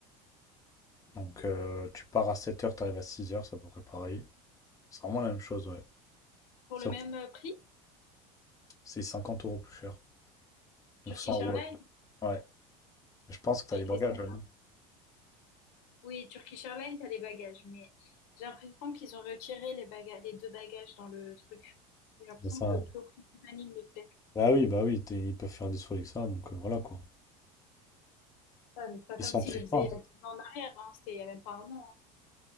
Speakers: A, on the left; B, on the left.
A: Donc, euh, tu pars à sept heures, tu arrives à six heures, ça pourrait pareil. C'est vraiment la même chose, ouais.
B: Pour
A: Sauf
B: le même
A: que
B: euh, prix,
A: c'est 50 euros plus cher. Donc
B: Turkish
A: 100 euros.
B: Airlines
A: Ouais. Mais Je pense que t'as
B: avec
A: les bagages,
B: les stars.
A: là, non?
B: Oui, Turkish Airlines, t'as les bagages, mais j'ai l'impression qu'ils ont retiré les bagages, les deux bagages dans le truc. J'ai l'impression
A: Mais ça,
B: que
A: euh,
B: plus aucune compagnie ne le fait.
A: bah oui, bah oui, t'es- ils peuvent faire des sous avec ça, donc euh, voilà quoi.
B: Ouais, mais c'est pas
A: Ils
B: comme
A: s'en
B: s'ils
A: privent
B: le faisaient
A: pas.
B: il y a 10 ans en arrière, hein. C'était il y a même pas un an.